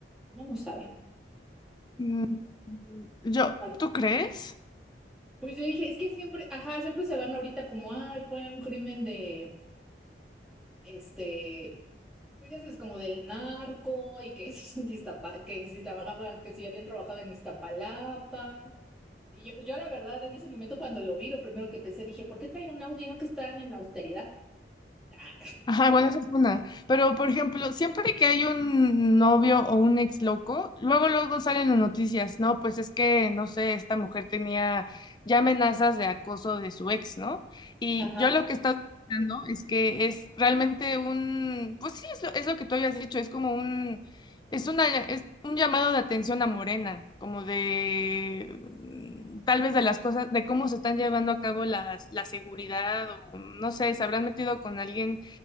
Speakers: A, in the centre; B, on the left.
A: Uno no sabe.
B: Mm, Yo,
A: Ojalá.
B: ¿tú crees?
A: Pues yo dije, es que siempre, ajá, siempre se van ahorita como, ay, fue un crimen de este Pues ya sabes, como del narco y que <laughs> si, son de Iztapa- que si trabajaba, que si habían trabajado en Iztapalapa. Y yo, yo la verdad, en ese momento cuando lo vi, lo primero que pensé, dije, ¿por qué trae un Audi no que están en la austeridad? Ah,
B: Ajá, bueno, esa es una. Pero, por ejemplo, siempre que hay un novio o un ex loco, luego, luego salen las noticias, ¿no? Pues es que, no sé, esta mujer tenía ya amenazas de acoso de su ex, ¿no? Y
A: Ajá.
B: yo lo que he estado pensando es que es realmente un, pues sí, es lo, es lo que tú habías dicho, es como un, es una, es un llamado de atención a Morena, como de, mm, tal vez de las cosas, de cómo se están llevando a cabo las, la seguridad, o no sé, se habrán metido con alguien